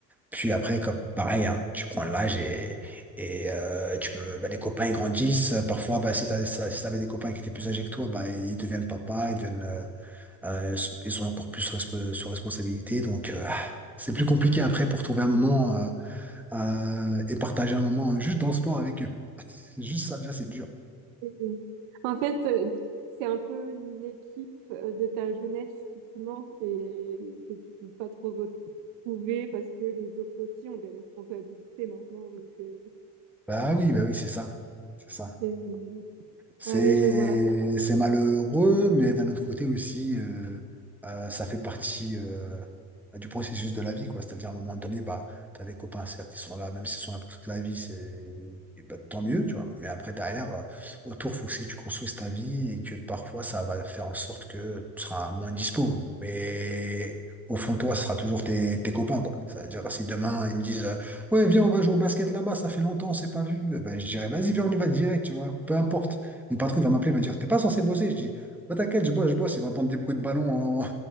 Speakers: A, in the centre; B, on the right.
A: Puis après, comme pareil, hein, tu prends l'âge et, et euh, tu peux, bah, les copains ils grandissent. Parfois, bah, si t'as, si si t'avais des copains qui étaient plus âgés que toi, bah, ils deviennent papa, ils deviennent, euh, euh, ils ont encore plus resp- sur responsabilité. Donc, euh, c'est plus compliqué après pour trouver un moment euh, euh, et partager un moment euh, juste dans le sport avec eux. C'est juste ça, déjà, c'est dur.
B: Et, euh, En fait, euh, c'est un peu l'équipe euh, de ta jeunesse qui te manque et que tu peux pas trop retrouver parce que les autres aussi ont des responsabilités maintenant, donc. euh,
A: Bah oui, bah oui, c'est ça. C'est ça.
B: oui.
A: C'est
B: Ah ouais je vois.
A: c'est malheureux, mais d'un autre côté aussi, euh, euh, ça fait partie euh, du processus de la vie, quoi. C'est-à-dire, à un moment donné, bah, tu as des copains, certes, ils sont là, même s'ils sont là pour toute la vie, c'est et bah, tant mieux, tu vois. Mais après, derrière, euh, autour, faut aussi que tu construises ta vie et que parfois, ça va faire en sorte que tu seras moins dispo. Mais au fond, de toi, ce sera toujours tes, tes copains, quoi. Ça veut dire, si demain, ils me disent, euh, ouais, viens, on va jouer au basket là-bas, ça fait longtemps, on s'est pas vu, Eh ben, je dirais, vas-y, viens, on y va direct, tu vois, peu importe. Mon patron va m'appeler, il me dire, t'es pas censé bosser. Je dis, bah, t'inquiète, je bosse, je bosse. Il va entendre des bruits de ballon en,